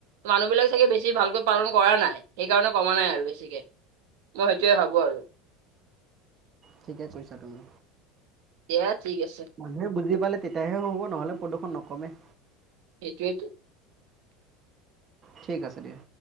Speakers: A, on the right; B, on the right.
A: মানুহবিলাক চাগে বেছি ভালকৈ পালন কৰা নাই, সেইকাৰণে কমা নাই আৰু বেছিকে। মই সেইটয়ে ভাবোঁ আৰু।
B: ঠিকে কৈছা তুমি।
A: দিয়া ঠিক আছে।
B: মানুহে বুজি পালে তেতিয়াহে হ'ব, নহ'লে প্ৰদূষণ নকমে।
A: সেইটোৱেইটো।
B: ঠিক আছে দিয়া।